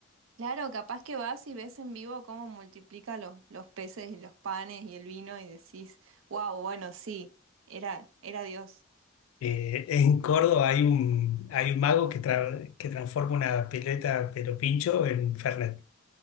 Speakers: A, on the right; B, on the left.
A: Claro, capaz que vas y ves en vivo cómo multiplica los, los peces y los panes y el vino y decís, wow, bueno, sí, era, era Dios.
B: Eh, en Córdoba hay un, hay un mago que, tra- que transforma una pileta pero pincho en Fernet,